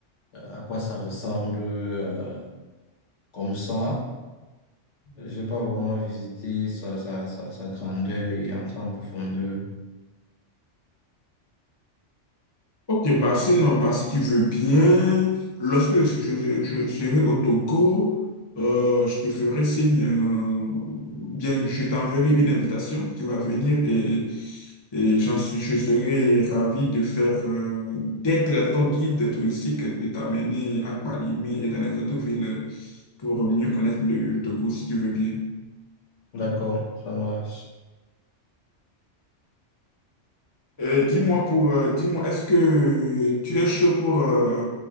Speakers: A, on the left; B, on the left.
A: à quoi ça ressemble euh, comme ça. J'ai pas vraiment visité sa, sa, sa, sa grandeur et entrer en profondeur.
B: Ok, bah sinon, bah, si tu veux bien, lorsque je, je- je serai au Togo, euh, je te ferai signe, euh, bien, je t'enverrai une invitation, tu vas venir et, et j'en suis, je serai ravi de faire, euh, d'être ton guide touristique, de t'amener à Palimé et dans les autres villes pour mieux connaître le Togo, si tu veux bien.
A: D'accord, ça marche.
B: Euh, dis-moi pour, euh, dis-moi, est-ce que tu es chaud pour, euh,